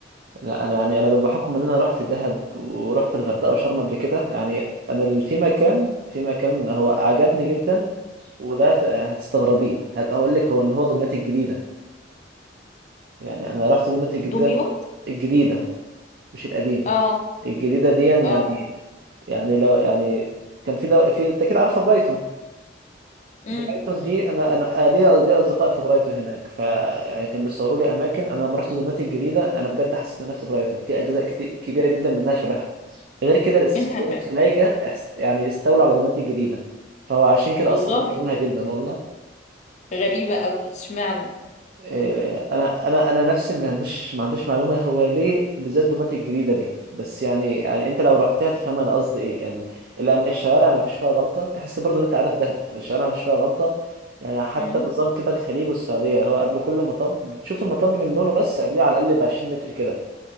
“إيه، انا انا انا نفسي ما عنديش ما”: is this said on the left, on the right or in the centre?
Right